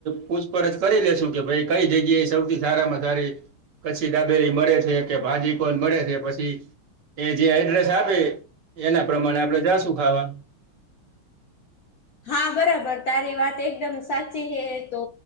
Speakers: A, on the right; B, on the left.
A: પૂછપરછ કરી લેશું કે ભાઈ કઈ જગ્યા એ સૌથી સારામાં સારી કચ્છી દાબેરી મળે છે કે ભાજી કોણ મળે છે પછી એ જે એડ્રેસ આપે એના પ્રમાણે આપણેે જાશું ખાવા
B: હા બરાબર તારી વાત એકદમ સાચી છે તો